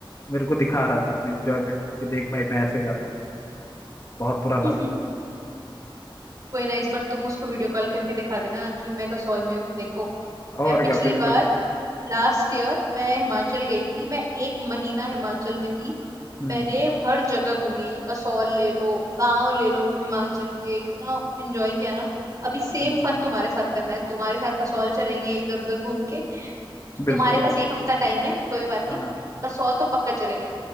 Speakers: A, on the left; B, on the right.
A: मेरे को दिखा रहा था अपना एंजॉयमेंट कि देख भाई मैं ऐसे कर रहा हूँ बहुत बुरा लगा
B: <laughs> कोई ना इस बार तुम उसको वीडियो कॉल करके दिखा देना कि मैं कसौल में हूँ देखो मैं
A: और
B: पिछली
A: क्या बिल्कुल
B: बार लास्ट ईयर मैं हिमाचल गई थी मैं एक महीना हिमाचल में थी
A: हम्म
B: मैंने हर जगह घूमी है ये कसौल ले लो गांव ले लो हिमाचल के इतना एंजॉय किया ना अभी सेम
A: हम्म,
B: फन तुम्हारे साथ करना है तुम्हारे साथ कसौल चलेंगे इधर उधर घूम के
A: बिल्कुल
B: तुम्हारे
A: तो
B: पास एक हफ्ता टाइम है कोई बात
A: हाँ
B: नहीं कसौल तो पक्का चलेंगे